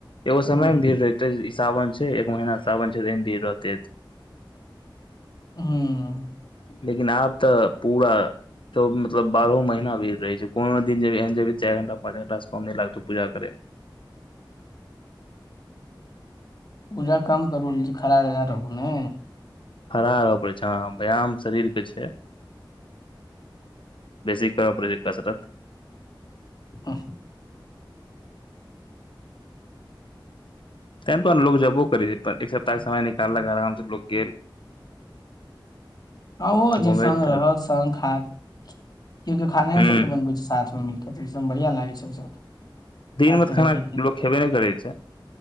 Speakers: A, on the left; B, on the left.
A: एगो
B: हूँ
A: समयमे भीड़ रहितै ई सावन छै एक महीना सावन छै तऽ एहिमे भीड़ रहतै
B: हूँ
A: लेकिन आब तऽ पूरा तो ओ मतलब बारहो महीना भीर रहै छै कोनो दिन जेबही एहन जेबही चाइर घंटा पाँंच घंटा से कम नहि लागतौ पूजा करैमे
B: पूजा कम करू खड़ा ज़्यदा रहू ने
A: खड़ा रहऽ पड़ै छै हाँ व्यायाम शरीरके छै बेसि करऽ पड़ै छै कसरत
B: अंह
A: तै दुआरे लोक जेबो करै छै एक सप्ताहक समय निकाललक आराम से लोक गेल <inaudible>
B: हाँ ओहो छै
A: घूमे
B: संग
A: टहल
B: रहत संग खात के कियौ खाना
A: ह
B: सोप्ट बनबै छै साथमे मिलके तऽ इसभमे बढ़ियाँ लागै छै सब
A: दिनमे
B: साथ मे
A: तऽ
B: रह
A: खाना
B: के
A: लोग खेबे नहि करै छै